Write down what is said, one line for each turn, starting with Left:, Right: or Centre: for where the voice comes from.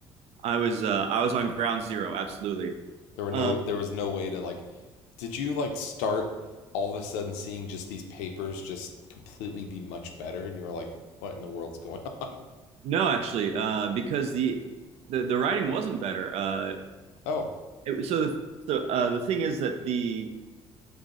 Right: I was uh, I was on ground zero absolutely.
Left: There were
Right: Uh,
Left: no there was no way to like did you like start all of a sudden seeing just these papers just completely be much better and you were like what in the world's going <laughs> on?
Right: no actually uh, because the, the the writing wasn't better. Uh,
Left: Oh,
Right: it, so the so uh, the thing is that the